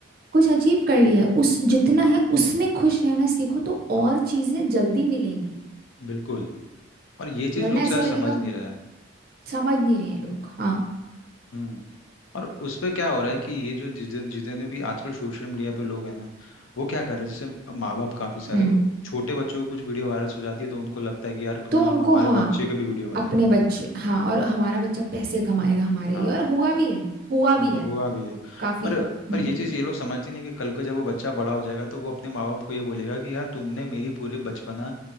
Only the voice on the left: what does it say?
हाँ
बिल्कुल और ये चीज
लोग शायद
समझ नहीं रहे हैं
हम्म और उस पे क्या हो रहा है कि ये जो जितने जितने भी आजकल सोशल मीडिया पे लोग हैं ना वो क्या कर रहे हैं जैसे माँ बाप काफी सारे
वो छोटे बच्चों को कुछ वीडियो वायरल हो जाती है तो उनको लगता है कि यार क्यों
ना हम
हमारे
बच्चे के भी वीडियो बनाएं
हाँ
हाँ
हुआ भी है
पर
पर ये चीज़ ये लोग समझते नहीं कि कल को जब वो बच्चा बड़ा हो जाएगा तो वो अपने माँ बाप को ये बोलेगा कि यार तुमने मेरी पूरे बचपना